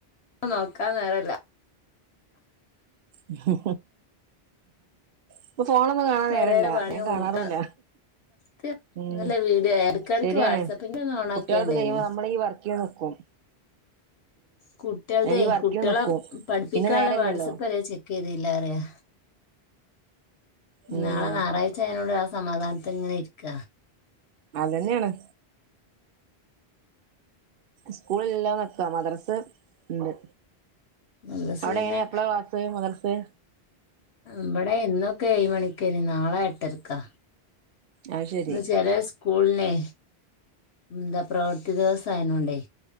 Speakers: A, on the left; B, on the right.
A: നോക്കാ നേര ല്ല
B: ആ ഇപ്പൊ ഫോണൊന്നും കാണാൻ
A: പെരേലെ
B: നേര ല്ല
A: പണിയും
B: ഞാൻ കാണാറുമില്ല
A: കൂട്ടാ ക്ക്
B: ഉം
A: നല്ല വീഡിയോ എടക്കെടക്ക്
B: ശരിയാണ്.
A: വാട്സപ്പിന്റെ ഒന്ന് ഓണാക്കേണ്ടേനി
B: കുട്ടികളക്ക <unintelligible> മ്പോൾ നമ്മള ഈ വർക്കെയ്തോക്കും.
A: കുട്ടികളടെ
B: ഈ വർക്കിന്
A: കുട്ടികളെ
B: നിക്കും
A: പഠിപ്പിക്കാള്ള
B: പിന്നെ നേരല്ലല്ലോ
A: വാട്സപ്പ് വരെ ചെ ക്കയ്തില്ല റയാ.
B: ഉം
A: നാളെ ഞാറാഴ് ച ആആയതോണ്ട് ആ സമാധാനത്തില് ഇങ്ങനെ ഇരിക്ക.
B: അതന്നെണ്. സ്കൂള്ല്ലല്ലാ നക്കാം, മദ്രസ് ഉണ്ട്.
A: മദ്രസ്
B: അവിടെ
A: പിന്നെ
B: എങ്ങനെയാ എപ്പള ക്ലാസ്സ്‌ മുദ്രസ്.
A: ഇവടെ ഇന്നൊക്കെ ഏഴ മണിക്കന് നാളെ എട്ടരക്കാ.
B: അത് ശരി
A: ചേലെ സ് കൂളിലെ എന്താ പ്രവൃത്തി ദിവസം ആയതോണ്ടേ,